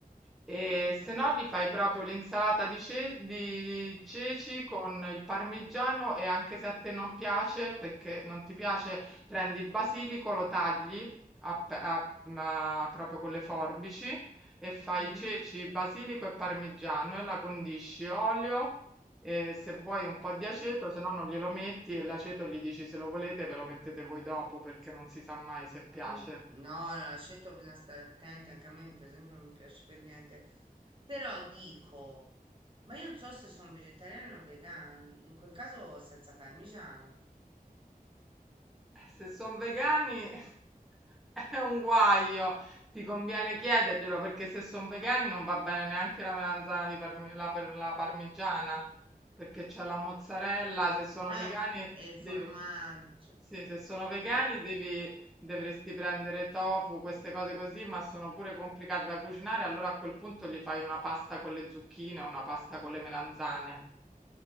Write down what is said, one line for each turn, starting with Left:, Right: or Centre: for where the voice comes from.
Centre: E
Right: ok.
Centre: se no gli fai proprio l'insalata di, ce- di ceci con il parmigiano e anche se a te non piace, perché non ti piace, prendi il basilico, lo tagli a pe- a- ma proprio con le forbici e fai
Right: Mhm.
Centre: ceci, basilico e parmigiano e la condisci, olio e se vuoi un po' di aceto, se no non glielo metti e l'aceto gli dici se lo volete ve lo mettete voi dopo perché non si sa mai se piace.
Right: Mm. No, no, l'aceto bisogna stare attenti, anche a me per esempio non mi piace per niente, però dico, Ma io non so se sono vegetariani o vegani, in quel caso senza parmigiano.
Centre: <laughs> Se sono vegani <laughs> è un guaio, ti conviene chiederglielo perché se sono vegani non va bene neanche la melanzana di parmi- la, per- la parmigiana perché c'è la mozzarella, se sono
Right: Eh,
Centre: vegani
Right: e il
Centre: devi...
Right: formaggio.
Centre: Sì, se sono vegani
Right: Eh,
Centre: devi, dovresti prendere tofu, queste cose così, ma sono pure complicate da cucinare, allora a quel punto gli fai una pasta con le zucchine, una pasta con le melanzane.